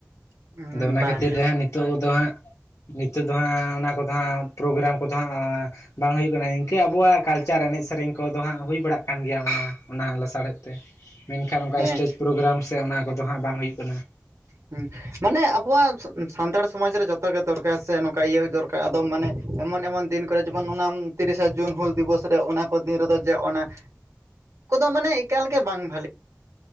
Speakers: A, on the right (about 70°); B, on the left (about 65°).
A: ᱦᱮᱸ
B: ᱟᱫᱚ ᱚᱱᱟ
A: ᱵᱟᱝ
B: ᱠᱷᱟᱹᱛᱤᱨ ᱛᱮ ᱦᱟᱸᱜ ᱱᱤᱛᱳᱜ ᱫᱚ ᱦᱟᱸᱜ ᱱᱤᱛᱳᱜ ᱫᱚ ᱦᱟᱸᱜ ᱚᱱᱟ ᱠᱚᱫᱚ ᱦᱟᱸᱜ ᱯᱨᱳᱜᱨᱟᱢ ᱠᱚᱫᱚ ᱦᱟᱸᱜ ᱵᱟᱝ ᱦᱳᱭᱳᱜ ᱠᱟᱱᱟ ᱤᱝᱠᱟᱹ ᱟᱵᱚᱣᱟᱜ ᱠᱟᱞᱪᱟᱨ ᱮᱱᱮᱡ ᱥᱮᱹᱨᱮᱹᱧ ᱠ ᱠᱚᱫᱚ ᱦᱟᱸᱜ ᱦᱩᱭ ᱵᱟᱲᱟᱜ ᱠᱟᱱ ᱜᱮᱭᱟ ᱚᱱᱟ ᱚᱱᱟ ᱞᱮᱥᱟᱲᱦᱮᱫ ᱛᱮ ᱢᱮᱱᱠᱷᱟᱱ ᱚᱱᱠᱟ
A: ᱦᱮᱸ
B: ᱥᱴᱮᱡᱽ ᱯᱨᱳᱜᱨᱟᱢ ᱥᱮ ᱚᱱᱟ ᱠᱚᱫᱚ ᱦᱟᱸᱜ ᱵᱟᱝ ᱦᱩᱭᱩᱜ ᱠᱟᱱᱟ ᱾
A: ᱦᱩᱸ ᱢᱟᱱᱮ ᱟᱵᱚᱣᱟᱜ ᱥᱟᱱᱛᱟᱲ ᱥᱚᱢᱟᱡᱽ ᱨᱮ ᱡᱚᱛᱚ ᱜᱮ ᱫᱚᱨᱠᱟᱨ ᱥᱮ ᱱᱚᱝᱠᱟ ᱤᱭᱟᱹ ᱫᱚᱨ ᱟᱫᱚ ᱢᱟᱱᱮ ᱮᱢᱚᱱ ᱮᱢᱚᱱ ᱫᱤᱱ ᱠᱚᱨᱮ ᱡᱮᱢᱚᱱ ᱚᱱᱟ ᱛᱤᱨᱤᱥᱟ ᱡᱩᱱ ᱦᱩᱞ ᱫᱤᱵᱚᱥ ᱨᱮ ᱚᱱᱟ ᱠᱚ ᱫᱤᱱ ᱨᱮᱫᱚ ᱡᱮ ᱚᱱᱟ ᱠᱟ ᱠᱚᱫᱚ ᱢᱟᱱᱮ ᱮᱠᱟᱞ ᱜᱮ ᱵᱟᱝ ᱵᱷᱟᱞᱮᱹ